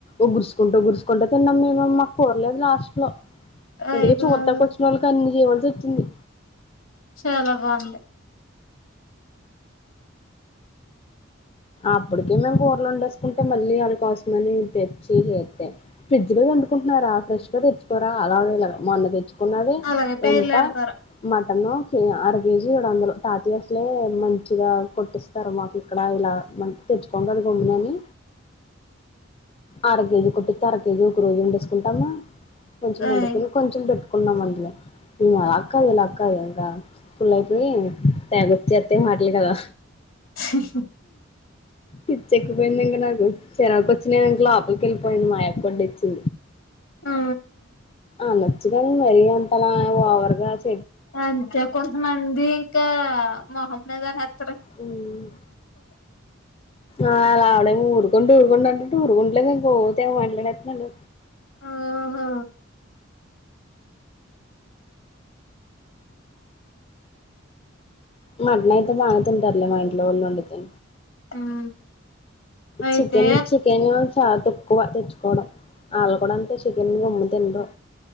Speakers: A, on the left (about 30°); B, on the left (about 85°).
A: ఒగురసుకుంటా గుర్చుకుంటే తిన్నాం మేము మాకు కోరలేదు లాస్ట్ లో
B: అయ్య
A: అందుకే
B: బాబోయ్
A: చూడ్డనికోచ్చినోళ్ళ కన్ని చేయవలసి వచ్చింది
B: చాలా బాగుంది
A: అప్పటికే మేము కూరలు వండేసుకుంటే మళ్ళీ వాళ్ళ కోసమని తెచ్చి చేతె ఫ్రిడ్జ లోయి వండుకుంటరా ఫ్రెష్ గా తెచ్చుకోరా అలాగేలాగ మొన్న తెచ్ ఉన్నది
B: అలాగే పేర్లు
A: ఎంత
B: పెడతారు
A: మద్ టను కే అర కేజీ ఏడు వందలు తాతయ్య అసలే మంచిగా కొట్టిస్తారు మాకు ఇక్కడ ఇలా మ తెచ్చుకుంటడు కొమ్మినని అర కేజీ కోట్టి తర కేేజీ ఒక రోజు వండేసుకుంటామా కొంచెం
B: అయ్
A: వండుకోని కొంచెం పెట్టుకున్నాం అందులో ఇంగ అక్కయోళ్ళాక్కాయ్ కద ఇంగ ఫులైపోయాయేమొ తెగోచ్చేతై మాటలు కదా
B: స
A: పిచ్చెక్కిపోయింది ఇంక నాకు చెరకోచ్చి నేను ఇంక లోపలికేళ్ళిపోయన్ మా అక్కడనుంచి
B: ఆహ
A: అనోచ్చు కని మరి అంతలా ఓవర్గా చే
B: అంతే కొంతమంది ఇంకా మొహం మీదనేత్
A: మ్ ఆ ఆడేం మూరు ొ ఊరుకొండి అంటుంటే ఊరుగుంటలేదు ఇంక ఒ తెగ మాట్లాడేతున్నాడు
B: ఆహా
A: మటన్ అయితే తాంగతింటారులే మ ఇంట్లో వల్లోండితే
B: ఉమ్ అయితే
A: చికెన్ చికెన్ చాలా తక్ క్కువ తెచ్చుకోవడం వాళ్ కూడా అంతే చికెన్ గమ్ము తిినరు